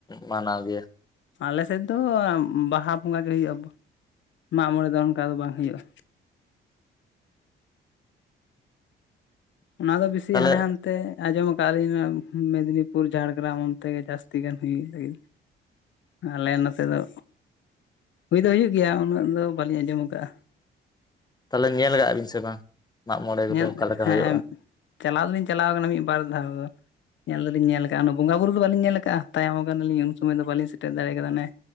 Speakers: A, on the left; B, on the left.
A: ᱢᱟᱱᱟᱣ ᱜᱮᱭᱟ?
B: ᱟᱞᱮ ᱥᱮᱫ ᱫᱚ ᱵᱟᱦᱟ ᱵᱚᱸᱜᱟ ᱜᱮ ᱦᱩᱭᱩᱜᱼᱟ ᱢᱟᱜ ᱢᱚᱬᱮ ᱫᱚ ᱚᱱᱠᱟ ᱫᱚ ᱵᱟᱝ ᱦᱩᱭᱩᱜᱼᱟ᱾ ᱚᱱᱟ ᱫᱚ ᱵᱮᱥᱤ
A: ᱛᱟᱦᱚᱞᱮ
B: ᱦᱟᱱᱮ ᱦᱟᱱ ᱛᱮ᱾ ᱟᱸᱡᱚᱢ ᱟᱠᱟᱞᱤᱧ ᱢᱮᱫᱽᱱᱤᱯᱩᱨ ᱡᱷᱟᱲᱜᱨᱟᱢ ᱚᱱᱛᱮ ᱜᱮ ᱡᱟᱹᱥᱛᱤ ᱜᱟᱱ ᱦᱩᱭ ᱞᱟᱹᱜᱤᱫ᱾ ᱟᱞᱮ ᱱᱚᱛᱮ ᱫᱚ ᱦᱩᱭ ᱫᱚ ᱦᱩᱭᱩᱜ ᱜᱮᱭᱟ, ᱩᱱᱟᱹᱜ ᱫᱚ ᱵᱟᱹᱞᱤᱧ ᱟᱸᱡᱚᱢᱟ ᱠᱟᱜᱼᱟ᱾
A: ᱛᱟᱦᱚᱞᱮ ᱧᱮᱞ ᱠᱟᱜ ᱵᱤᱱ ᱥᱮ ᱵᱟᱝ ᱢᱟᱜ ᱢᱚᱬᱮ ᱠᱚᱫᱚ
B: ᱧᱮᱞ
A: ᱚᱠᱟ ᱞᱮᱠᱟ
B: ᱦᱮᱸ
A: ᱦᱩᱭᱩᱜᱼᱟ?
B: ᱪᱟᱞᱟᱣ ᱫᱚᱞᱤᱧ ᱪᱟᱞᱟᱣ ᱟᱠᱟᱱᱟ ᱢᱤᱫ ᱵᱟᱨ ᱫᱷᱟᱣ ᱫᱚ ᱧᱮᱞ ᱫᱚᱞᱤᱧ ᱧᱮᱞ ᱟᱠᱟᱟᱜᱼᱟ, ᱚᱱᱟ ᱵᱚᱸᱜᱟ ᱵᱩᱨᱩ ᱫᱚ ᱵᱟᱞᱤᱧ ᱧᱮᱞ ᱟᱠᱟᱫᱼᱟ᱾ ᱛᱟᱭᱚᱢ ᱟᱠᱟᱱᱟ ᱞᱤᱧ ᱩᱱ ᱥᱢᱚᱭ ᱫᱚ ᱵᱟᱹᱞᱤᱧ ᱥᱮᱴᱮᱨ ᱫᱟᱲᱮ ᱟᱠᱟᱫᱟ ᱚᱱᱮ